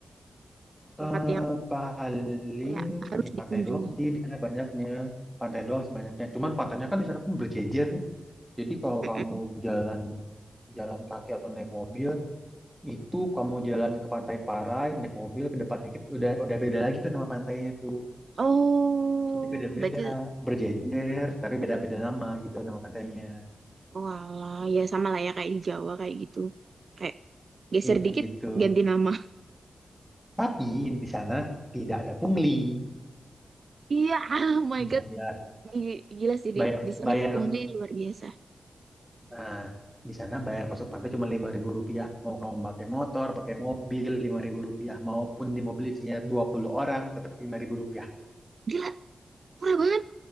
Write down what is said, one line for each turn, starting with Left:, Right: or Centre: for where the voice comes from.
Right: tempat
Centre: Eh
Right: yang
Centre: paling
Right: kayak harus
Centre: ya
Right: dikunjungi
Centre: pantai doang sih di sana banyaknya pantai doang sih banyaknya cuman pantainya kan di sana kan berjejer nih jadi kalau
Right: Mm-mm.
Centre: kamu jalan jalan kaki atau naik mobil Itu kamu jalan ke Pantai Parai, naik mobil ke depan dikit, udah udah beda lagi tuh nama pantainya tuh.
Right: oh
Centre: Jadi beda-beda,
Right: berarti
Centre: berjejer, tapi beda-beda nama gitu nama pantainya.
Right: walah ya sama lah ya kayak di Jawa kayak gitu kayak geser
Centre: Iya kayak
Right: dikit
Centre: gitu.
Right: ganti nama
Centre: Tapi di sana tidak ada pungli.
Right: <laughs> iya oh my
Centre: Bayar,
Right: god Gi- gila sih di
Centre: bayar,
Right: di
Centre: bayar.
Right: sini pungli luar biasa
Centre: Nah, di sana bayar masuk pantai cuma lima ribu rupiah. Mau kamu pakai motor, pakai mobil, lima ribu rupiah. Maupun di mobil isinya 20 orang, tetap lima ribu rupiah.
Right: gila murah banget